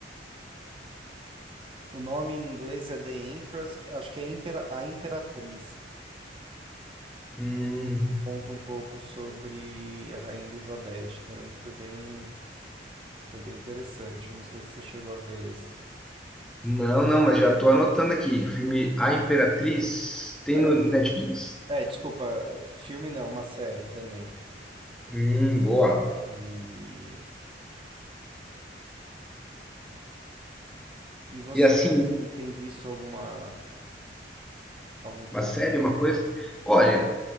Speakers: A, on the right; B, in the centre.
A: O nome em inglês é The Empress, acho que é Impera- A Imperatriz,
B: Hum,
A: que conta um pouco sobre a Rainha Elizabeth. Também foi bem, foi bem interessante. Eu Não sei se você chegou a ver esse.
B: não, não, mas já tô anotando aqui. Filme A Imperatriz tem
A: É,
B: no Netflix?
A: é, desculpa, filme não, uma série também.
B: Hum, boa.
A: E, e você
B: E assim,
A: tem tem visto alguma, algum filme?
B: uma série, uma coisa. Olha,